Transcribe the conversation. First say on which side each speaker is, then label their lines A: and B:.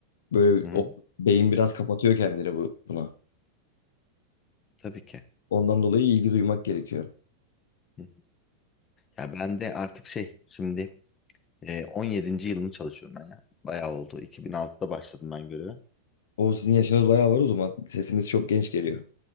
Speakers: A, on the left (about 85°); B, on the left (about 25°).
A: Böyle
B: Hı hı.
A: o beyin biraz kapatıyor kendini bu, buna.
B: Tabii ki.
A: Ondan dolayı ilgi duymak gerekiyor.
B: Hı. Ya ben de artık şey şimdi e, 17. yılımı çalışıyorum ben ya. Bayağı oldu. 2006'da başladım ben göreve. <laughs>
A: O sizin yaşınız bayağı var o zaman. Sesiniz çok genç geliyor.